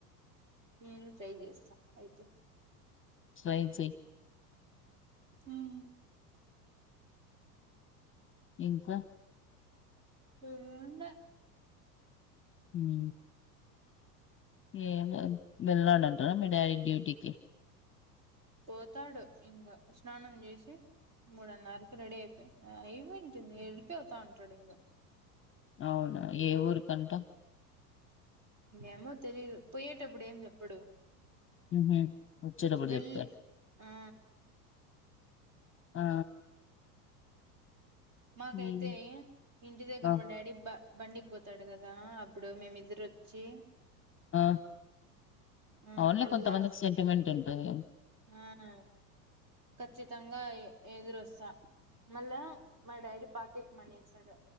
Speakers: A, on the right (about 40°); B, on the left (about 25°).
A: నేను ట్రై జేస్తా ఆయితే
B: ట్రై చెయ్
A: మ్
B: ఇంకా
A: ఏం లే
B: మ్ ఏం లేద్ వెళ్నాడంటన మీ డాడీ డ్యూటీకి.
A: పోతాడు ఇంగ స్నానం జేసి మూడున్నరకు రెడీ అయిపోయి అయిపోయివుంటుంది వెళ్ళిపోతా ఉంటాడ్ ఇంగ
B: అవునా ఏ ఊరికంత
A: ఏమో తెలీదు పోయేటప్పుడు ఏం చెప్పుడు.
B: హుహు. వచ్చేటప్పుడు
A: వెళ్
B: జెప్తారు.
A: ఆ
B: ఆ
A: మాకైతే
B: హ్మ్.
A: ఇంటి దగ్గర
B: ఆ!
A: మా డాడీ బ బండికి పోతాడ్ గదా అప్పుడు మేమిద్దరోచ్చి
B: ఆ
A: ఆ
B: అవున్లే
A: మళ్ళా
B: కొంతమందికి సెంటిమెంట్ ఉంటుంది.
A: ఆ ఖచ్చితంగా ఎ ఎదురొస్తా మళ్ళా మా డాడీ పాకెట్ మనీ ఇస్తాడు